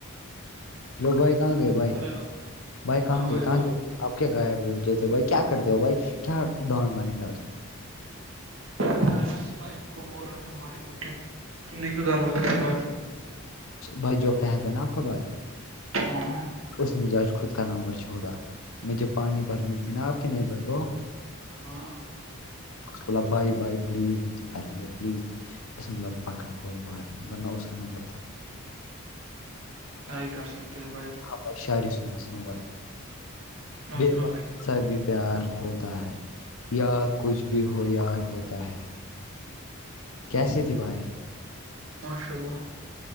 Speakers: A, on the left (about 75°); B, on the right (about 65°).
A: ہلو بھائی کہاں گئے بھائی
B: ہلو
A: بھائی کہاں
B: ہاں
A: گے کہاں
B: بولو
A: جائ گ آپ کیا گیا بھی بھائی کیا کرتے ہو بھائی کیا ڈان بنے گا تو
B: ب میں تھوڑا اس کو بول رہا تھا بھائی کو کیوں کیوں دروازہ <unintelligible>
A: بھائی جو فد ہے ن آپ کا بھائی
B: ہاں ہاں
A: اس نے مجھے آج خود کا نمبر چھوڑا مجھے پانی بھرنی تھی نا آپ کے نیبر کو
B: ہاں
A: اس بائے بائے پلیز مجھے پہلے دے پلیز پز اسے ب پکڑ کوئی بات نہیں ورنہ اس کا نمبر تھا
B: کیا ہی کر سکتے ہیں بھائی
A: ہاں بھ شارس ن ن بھائی
B: راسنا
A: <unintelligible>
B: بھائی
A: پیار ہوتا ہے یا کچھ بھی ہو یار ہوتا ہے کیسی تھی بھائی
B: ماشاء اللہ